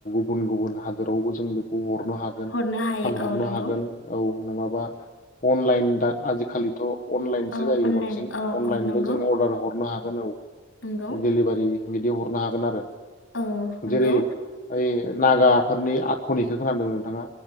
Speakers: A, on the left; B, on the left.
A: गुबुन गुबुन हादोरावबो जों बेखौ हर‌ नो हागोन
B: हरनो हायो
A: फानहरनो
B: औ नंगौ
A: हागोन औ नङाबा अनलाइन दा आजिखालिथ' अनलाइनसो
B: औ
A: जायो
B: अनलाइन
A: गोबां
B: औ
A: अनलाइनबो
B: औ नंगौ
A: जों अरदार हर हरनो हागोन औ
B: नंगौ
A: दिलिभारि बिदि हरनो हागोन गोन आरो
B: औ नंगौ
A: जेरै ओइ नागाफोरनि आख'निखो खोनादों नोंथाङा